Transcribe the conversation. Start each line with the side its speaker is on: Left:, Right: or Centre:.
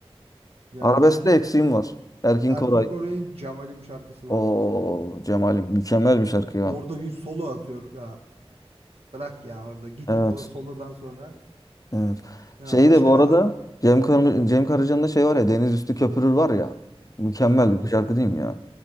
Right: Yani
Left: Arabeskte
Right: Erkin
Left: eksiğim var. Erkin
Right: Erkin
Left: Koray.
Right: Koray'ın Cemalim şarkısı
Left: O
Right: var mesela.
Left: Cemal'im mükemmel bir şarkı ya.
Right: Orada bir solo atıyor. Ya Bırak ya orada git.
Left: Evet.
Right: O solodan sonra.
Left: Evet.
Right: Ya
Left: Şey
Right: başka
Left: de bu
Right: ne
Left: arada
Right: var?
Left: Cem, Kar Cem Karaca'nın da şey var ya Deniz Üstü Köpürür var ya. Mükemmel
Right: Ha, o
Left: bir şarkı
Right: da-
Left: değil mi ya?